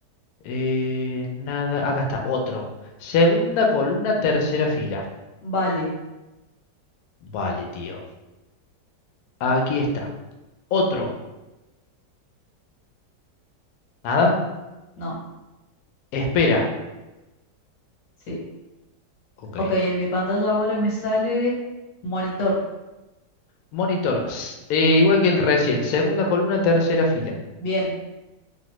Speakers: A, on the left; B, on the left.
A: Eh, nada, acá está, otro. Segunda columna, tercera fila.
B: vale,
A: Vale, tío. Aquí está. Otro. Nada.
B: no,
A: Espera.
B: sí.
A: Ok.
B: Ok, en mi pantalla ahora me sale monitor.
A: Monitor. s- eh, igual que el recién. Segunda columna, tercera fila.
B: Bien,